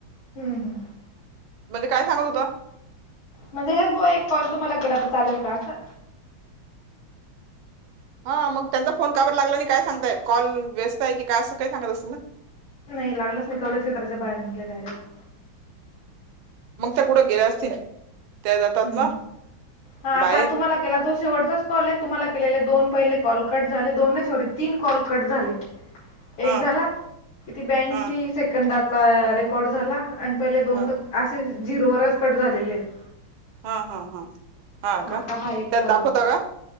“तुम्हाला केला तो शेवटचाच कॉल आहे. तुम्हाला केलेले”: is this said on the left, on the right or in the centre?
Left